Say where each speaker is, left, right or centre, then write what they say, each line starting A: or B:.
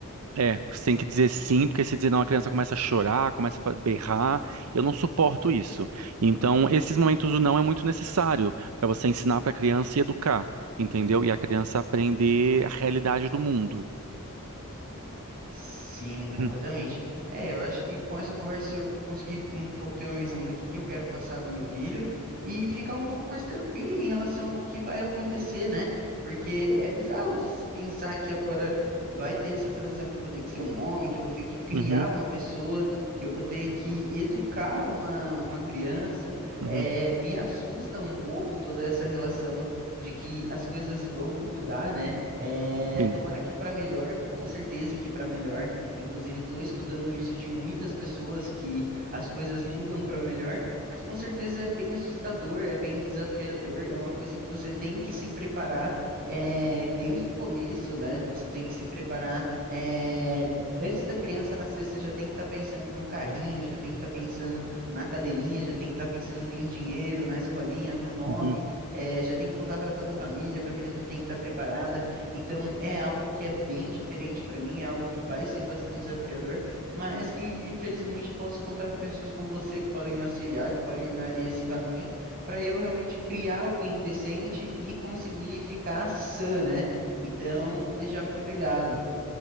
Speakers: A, on the right (about 75°); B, on the right (about 40°).
A: É, você tem que dizer sim, porque se dizer não, a criança começa a chorar, começa a fa- berrar. Eu não suporto isso. Então, esses momentos do não é muito necessário para você ensinar para a criança e educar, entendeu? E a criança aprender a realidade do mundo.
B: Sim, completamente.
A: Uhum,
B: É, eu acho que com essa conversa eu consegui um pouco ter uma visão do que que eu quero passar do meu filho e ficar um pouco mais tranquilo em relação ao que vai acontecer, né? Porque é bizarro de se pensar que agora vai ter essa transição que eu vou ter que ser um homem, que eu vou ter que criar
A: uhum,
B: uma pessoa, que eu vou ter que educar uma, uma criança.
A: uhum,
B: É, me assusta um pouco toda essa relação de que as coisas vão mudar, né? É,
A: sim.
B: tomara que para melhor, com certeza que para melhor. Inclusive, estou escutando isso de muitas pessoas que as coisas mudam para melhor, mas com certeza é bem assustador, é bem desafiador, é uma coisa que você tem que se preparar é, desde o começo, né? Você tem que se preparar é, antes da criança nascer, você já tem que estar pensando no carrinho, já tem que estar pensando na cadeirinha, já tem que estar pensando em dinheiro, na escolinha, no nome,
A: Uhum.
B: é, já tem que contar para toda a família, a família já tem que estar preparada. Então, é algo que é bem diferente para mim, é algo que vai ser bastante desafiador, mas que felizmente eu posso contar com pessoas como você que podem me auxiliar, que podem me dar ali esse caminho, para eu realmente criar alguém decente e conseguir ficar sã, né? Então, desde já, muito obrigado.